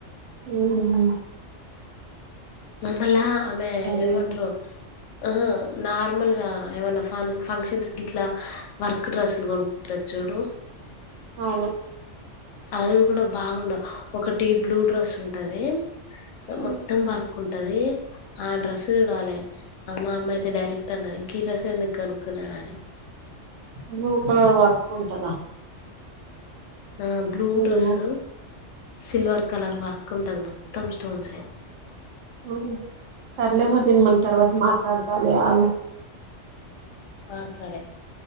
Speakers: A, on the right; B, on the left.
A: హమ్
B: మల్ల ఆమె ఏమంటరు
A: మేము
B: ఆహ నార్మల్ గా ఏమన్నా ఫన్ ఫంక్షన్స్ గీట్లా వర్క్ డ్రస్సులు కొనుకుంటారు చూడు
A: అవును
B: అవి కూడా బాగుండవు ఒకటి బ్లూ డ్రెస్ ఉంటది
A: హమ్
B: మొత్తం వర్క్ ఉంటది ఆ డ్రెస్ చూడాలి ఆ మా అమ్మ అయితే డైరెక్ట్ అన్నది గీ డ్రెస్ ఎందుకు కొనుక్కున్నవని
A: బ్లూ కలర్ వర్క్ ఉంటదా
B: ఆ బ్లూ
A: ఏమో
B: డ్రెస్ సిల్వర్ కలర్ వర్క్ ఉంటది మొత్తం స్టోన్స్
A: అవును సర్లే మరి నేను మనం తర్వాత మాట్లాడు ఉంటాలే ఆగు
B: ఆ సరే